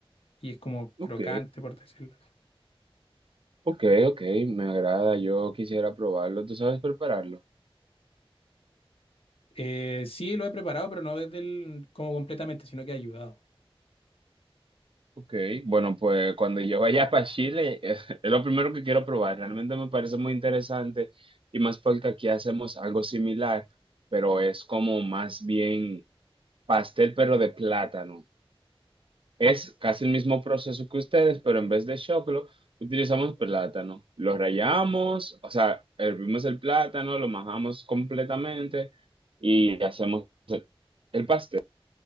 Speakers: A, on the left; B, on the right.
A: y es como crocante
B: Ok,
A: por decirlo así.
B: ok, ok, me agrada, yo quisiera probarlo. ¿Tú sabes prepararlo?
A: Eh, sí, lo he preparado, pero no desde el, como completamente, sino que he ayudado.
B: Ok, bueno, pues cuando yo vaya para Chile, <laughs> es lo primero que quiero probar. Realmente me parece muy interesante y más porque aquí hacemos algo similar, pero es como más bien pastel, pero de plátano. Es casi el mismo proceso que ustedes, pero en vez de choclo, utilizamos plátano. Lo rallamos o sea, hervimos el plátano, lo majamos completamente y hacemos el el pastel.